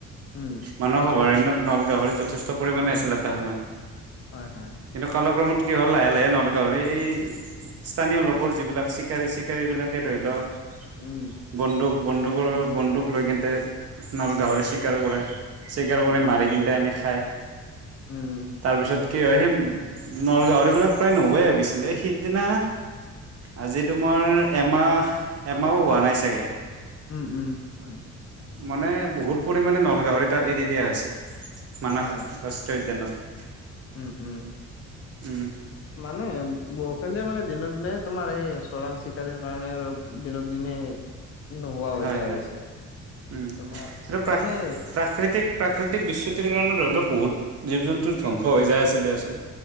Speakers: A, on the left; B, on the right.
A: উম।
B: মানস অভয়াৰণ্যত নল গাহৰি যথেষ্ট পৰিমাণে আছিল এটা সময়ত।
A: হয় হয়।
B: কিন্তু কালক্ৰমত কি হ'ল লাহে লাহে নলগাহৰি এই স্থানীয় লোকৰ যিবিলাক চিকাৰী - চিকাৰী বিলাকে ধৰি লও
A: উম।
B: বন্দুক, বন্দুকৰ বন্দুক লৈ কিন্তে নল
A: বা
B: গাহৰি চিকাৰ কৰে, চিকাৰ
A: উম,
B: কৰি
A: উম,
B: মাৰি কিনে এনে খায়।
A: উম,
B: তাৰপিছত কি হয় সি নলগাহৰিবিলাক প্ৰায় নোহোৱাই হৈ গৈছিলে, সিদিনা আজি তোমাৰ এমাহ এমাও হোৱা নাই চাগে।
A: উম, উম, হয়।
B: মানে বহুত পৰিমাণে নলগাহৰি তাত এৰি দিয়া হৈছে। মানাস
A: হয়।
B: ৰাষ্ট্ৰীয় উদ্যানত।
A: উম, উম।
B: উম
A: মানে বহুখিনিয়ে মানে দিনক দিনে তোমাৰ এই চৰাং চিকাৰীৰ কাৰণে আৰু দিনক দিনে নোহোৱা হৈ
B: হয়
A: যায়
B: হয়
A: আছে,
B: উম
A: তোমাৰ
B: আৰু প্ৰাক
A: তাৰমানে
B: প্ৰাকৃতিক প্ৰাকৃতিক বিচ্যুতিৰ কাৰণে ধৰি লওক বহুত জীৱ-জন্তুৰ ধ্বংস হৈ যায় আছে দিয়াচোন।